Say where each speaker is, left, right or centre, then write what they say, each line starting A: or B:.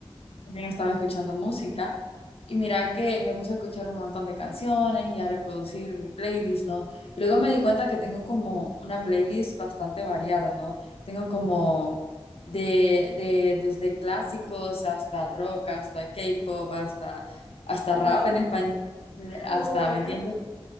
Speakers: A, on the left; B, on the left.
A: también estaba escuchando música y mira que me puse a escuchar un montón de canciones y a reproducir mi playlist, ¿no? Y luego me di cuenta que tengo como una playlist bastante variada, ¿no? Tengo como de, de desde clásicos hasta rock, hasta K-pop, hasta, hasta
B: ajá.
A: rap en español, eh,
B: <laughs>
A: hasta,
B: Oh my
A: ¿me
B: God,
A: entiendes?